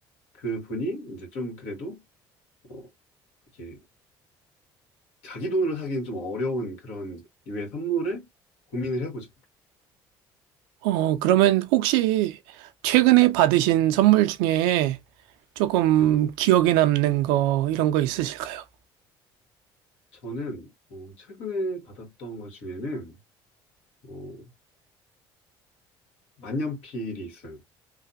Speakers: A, on the left; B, on the right.
A: 그분이 이제 좀 그래도, 어, 이렇게 자기 돈으로 사기는 좀 어려운 그런 류의 선물을 고민을 해보죠.
B: 어, 그러면 혹시 최근에 받으신 선물 중에 조금
A: 네네.
B: 기억에 남는 거, 이런 거 있으실까요?
A: 저는, 어, 최근에 받았던 것 중에는, 어, 만년필이 있어요.